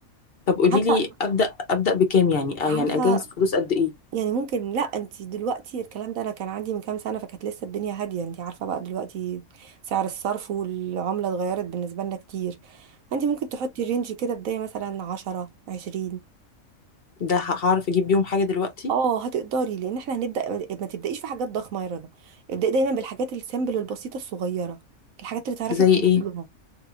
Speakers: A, on the left; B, on the right.
A: طب قولي
B: عارفه
A: لي ابدا ابدا بكام يعني آه
B: عارفه
A: يعني اجهز فلوس قد ايه
B: يعني ممكن لا انت دلوقتي الكلام ده انا كان عندي من كام سنه فكانت لسه الدنيا هاديه انت عارفه بقى دلوقتي سعر الصرف والعمله اتغيرت بالنسبه لنا كتير فانت ممكن تحطي رينج كده بدايه مثلا 10 20
A: ده ه- هعرف اجيب بيهم حاجه دلوقتي
B: اه هتقدري لان احنا هنبدا ما تبدايش في حاجات ضخمه يا رنا ابداي دايما بالحاجات السامبل البسيطه الصغيره الحاجات اللي تعرفي
A: زي
B: تنميها
A: ايه